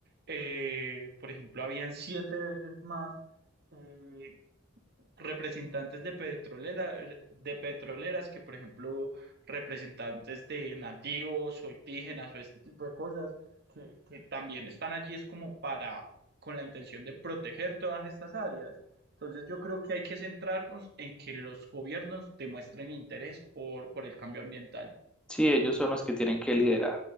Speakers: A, on the right; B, in the centre.
A: eh, por ejemplo, habían siete veces más eh, representantes de petrolera, de petroleras que, por ejemplo, representantes de nativos o indígenas o este tipo de cosas, que, que también están allí es como para, con la intención de proteger todas estas áreas. Entonces yo creo que hay que centrarnos en que los gobiernos demuestren interés por, por el cambio ambiental.
B: Sí, ellos son los que tienen que liderar.